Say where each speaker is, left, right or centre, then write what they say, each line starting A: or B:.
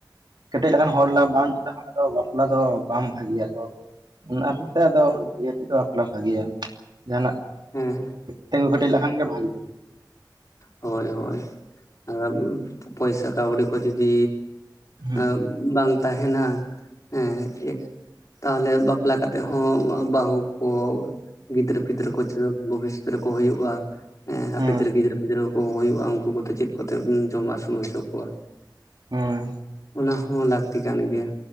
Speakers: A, on the right; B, on the left.
A: ᱠᱮᱴᱮᱡ ᱞᱮᱠᱟᱱ ᱦᱚᱲ ᱵᱟᱝ ᱞᱮᱠᱷᱟᱱ ᱫᱚ᱾ ᱵᱟᱯᱞᱟ ᱫᱚ ᱵᱟᱝ ᱵᱷᱟᱜᱮᱭᱟ ᱭᱟᱛᱚ᱾ ᱚᱱᱟ ᱦᱚᱛᱮᱛᱮ ᱟᱫ ᱤᱭᱟᱹ ᱛᱮᱫᱚ ᱵᱟᱯᱞᱟ ᱵᱷᱟᱜᱮᱭᱟ ᱾ ᱡᱟᱦᱟᱱᱟᱜ
B: ᱦᱮᱸ
A: ᱛᱮᱸᱜᱳ ᱠᱮᱴᱮᱡ ᱞᱮᱠᱷᱟᱱ ᱜᱮ ᱵᱷᱟᱜᱮᱼᱟ᱾
B: ᱦᱳᱭ ᱦᱳᱭ᱾ ᱟᱨ ᱯᱚᱭᱥᱟ ᱠᱟᱹᱣᱰᱤ ᱠᱚ ᱡᱩᱫᱤ
A: ᱦᱮᱸ
B: ᱮᱸ ᱵᱟᱝ ᱛᱟᱦᱮᱱᱟ᱾ ᱦᱮᱸ ᱛᱟᱦᱮᱞᱮ ᱵᱟᱯ ᱵᱟᱯᱞᱟ ᱠᱟᱛᱮ ᱦᱚᱸ ᱵᱟᱹᱦᱩ ᱠᱚ ᱜᱤᱫᱽᱨᱟᱹ ᱯᱤᱫᱽᱨᱟᱹ ᱠᱚ ᱪᱚ ᱵᱷᱚᱵᱤᱥᱚᱛ ᱨᱮᱠᱚ ᱦᱩᱭᱩᱜᱼᱟ ᱦᱟᱯᱮᱱ
A: ᱦᱮᱸ
B: ᱫᱤᱱ ᱜᱤᱫᱽᱨᱟᱹ ᱠᱚ ᱜᱤᱫᱽᱨᱟᱹ ᱠᱚ ᱦᱩᱭᱩᱜ-ᱟ, ᱩᱱᱠᱩ ᱠᱚᱫᱚ ᱪᱮᱫ ᱠᱚᱛᱮ ᱡᱚᱢᱟ ᱟᱹᱥᱩᱞ ᱦᱚᱪᱚ ᱠᱚᱣᱟ?
A: ᱦᱮᱸ
B: ᱚᱱᱟ ᱦᱚᱸ ᱞᱟᱹᱠᱛᱤ ᱠᱟᱱ ᱜᱮᱭᱟ᱾